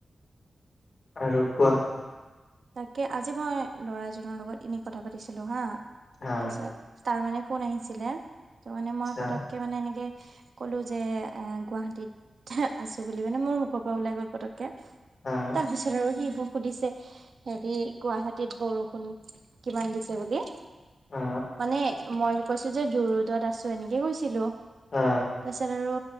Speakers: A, on the left (about 55°); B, on the right (about 60°).
A: আৰু কোৱা?
B: তাকে আজি মই ল'ৰা এজনৰ লগত এনে কথা পাতিছিলো হা
A: হা
B: তাৰছত তাৰ মানে ফোন আহিছিলে ত'মানে
A: আচ্ছা
B: মই পতককে মানে এনেকে ক'লো যে এ গুৱাহাটীত আছো বুলি মানে মোৰ মুখৰ পৰা ওলাই গ'ল পতককে।
A: হা
B: তাৰ পিছত আৰু সি মোক সুধিছে হেৰি গুৱাহাটীত বৰষুণ কিমান দিছে বুলি
A: হা
B: মানে মই কৈছো যে জু-ৰোডত আছো এনেকে কৈছিলো।
A: আ,
B: তাৰছত আৰু